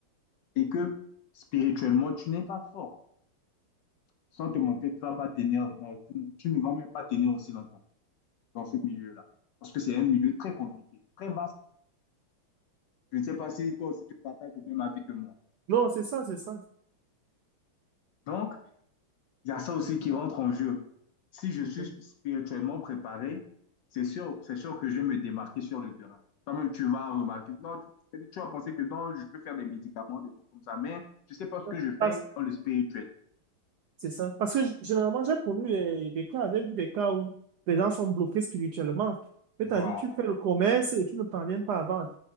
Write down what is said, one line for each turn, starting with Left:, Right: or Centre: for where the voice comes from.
Left: et que spirituellement, tu n'es pas fort. Sans te mentir, tu vas pas tenir, euh, tu, tu ne vas même pas tenir aussi longtemps dans ce milieu-là. Parce que c'est un milieu très compliqué, très vaste. Je ne sais pas si toi aussi tu partages le même avis que moi.
Right: Non, c'est ça, c'est ça.
Left: Donc, Il y a ça aussi qui rentre en jeu. Si je suis
Right: c'est
Left: spirituellement préparé, c'est sûr, c'est sûr que je vais me démarquer sur le terrain. Toi-même, tu vas remarquer. Non, tu, tu vas penser que non, je peux faire des médicaments, des trucs comme ça, mais je ne sais pas ce
Right: ça.
Left: que je fais
Right: Parce-
Left: dans le spirituel.
Right: C'est ça. Parce que g- généralement, j'ai connu des, des cas, j'ai vu des cas où les gens sont bloqués spirituellement. C'est-à-dire,
Left: Voilà,
Right: tu fais le commerce et tu ne parviens pas à vendre.